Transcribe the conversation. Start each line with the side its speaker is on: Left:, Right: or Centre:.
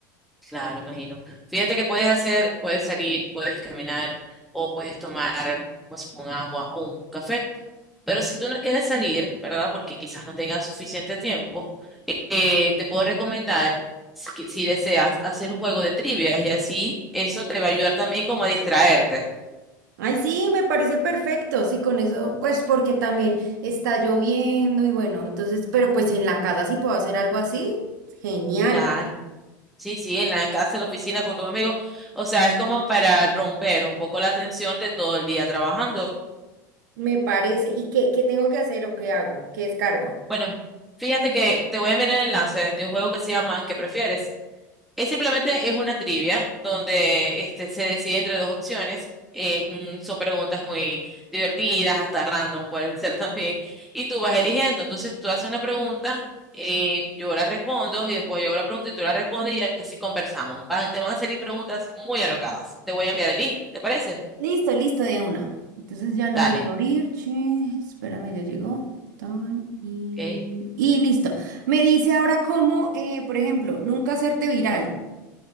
Centre: Claro, imagino. Fíjate que puedes hacer, puedes salir, puedes caminar o puedes tomar pues, un agua o un café. Pero si tú no quieres salir, ¿verdad? Porque quizás no tengas suficiente tiempo, eh, eh, te puedo recomendar, si, que- si deseas, hacer un juego de trivias y así eso te va a ayudar también como a distraerte.
Right: Ay, sí, me parece perfecto. Sí, con eso, pues porque también está lloviendo y bueno, entonces, pero pues en la casa sí puedo hacer algo así. Genial,
Centre: Claro. Sí, sí, en la casa, en la oficina con tus amigos. O sea, es como para romper un poco la tensión de todo el día trabajando.
Right: me parece. ¿Y qué, qué tengo que hacer o qué hago? ¿Qué descargo?
Centre: Bueno, fíjate que te voy a enviar el enlace de un juego que se llama ¿Qué prefieres? Es simplemente es una trivia donde este, se decide entre dos opciones. Eh, mm, son preguntas muy divertidas, hasta random pueden ser también. Y tú vas eligiendo. Entonces tú haces una pregunta, eh, yo la respondo y después yo hago la pregunta y tú la respondes y así conversamos. Van- te van a salir preguntas muy alocadas. Te voy a enviar el link, ¿te parece?
Right: Listo, listo de una. Entonces ya lo
Centre: Dale.
Right: voy a abrir, che. Espérame, ya llegó. Tan, y,
Centre: ok.
Right: y listo. Me dice ahora cómo, eh, por ejemplo, nunca hacerte viral.